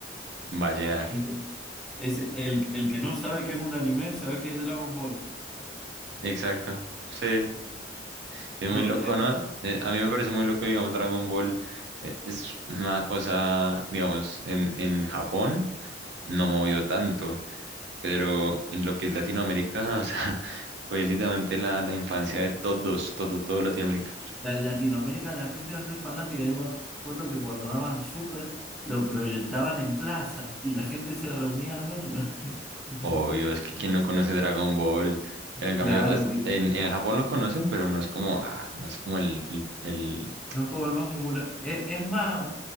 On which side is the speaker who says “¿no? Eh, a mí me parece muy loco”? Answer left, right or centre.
Right